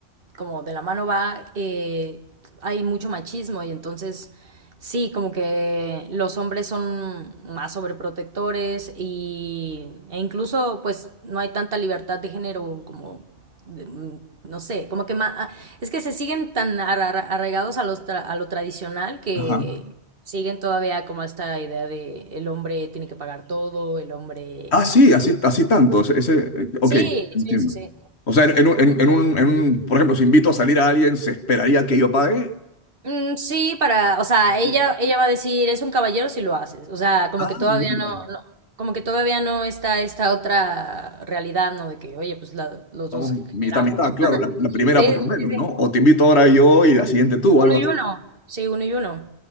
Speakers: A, on the right (about 55°); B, on the left (about 75°).
A: como de la mano va, eh, hay mucho machismo y entonces sí, como que los hombres son más sobreprotectores y, e incluso pues no hay tanta libertad de género como, de- no sé, como que ma- ah, es que se siguen tan arra- arraigados a, los tra- a lo tradicional que
B: Ajá.
A: siguen todavía como esta idea de el hombre tiene que pagar todo, el hombre...
B: Ah, sí, así, así tanto. Ese, ese- eh, ok,
A: Sí,
B: entiendo.
A: sí, sí, sí.
B: O sea, en, en un, en- en un- en un- por ejemplo, si invito a salir a alguien, ¿se esperaría que yo pague?
A: Mm, sí, para, o sea,
B: Así.
A: ella, ella va a decir, es un caballero si lo haces. O sea, como
B: Ah,
A: que todavía
B: mira.
A: no, no- como que todavía no está esta otra realidad, ¿no? De que, oye, pues la- los
B: Vamos,
A: dos
B: mitad,
A: generamos,
B: mitad,
A: ¿no?
B: claro,
A: <laughs>
B: la, la primera
A: Sí,
B: por
A: sí,
B: lo menos,
A: sí. sí.
B: ¿no? O te invito ahora yo y la siguiente tú, o
A: Uno
B: algo
A: y
B: así.
A: uno. Sí, uno y uno.